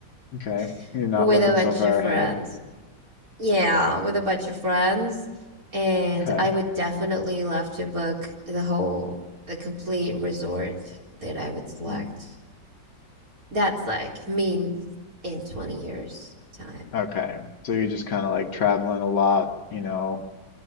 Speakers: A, on the left; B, on the right.
A: Okay,
B: <laughs>
A: you're not
B: with
A: looking
B: a bunch
A: so far
B: of friends.
A: ahead.
B: Yeah, with a bunch of friends. And
A: Okay.
B: I would definitely love to book the whole, the complete resort that I would select.
A: Mm.
B: That's like me in 20 years' time.
A: Okay. So you're just kind of like traveling a lot, you know,